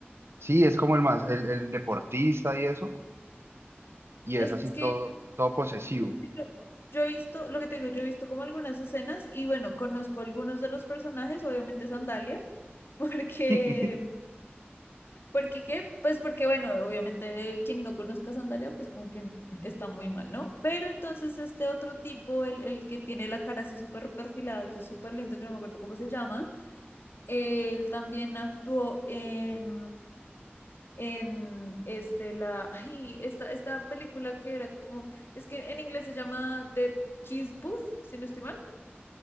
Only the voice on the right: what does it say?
Sí, es como el más, el, el deportista y eso, y es
así todo,
todo posesivo.
<laughs>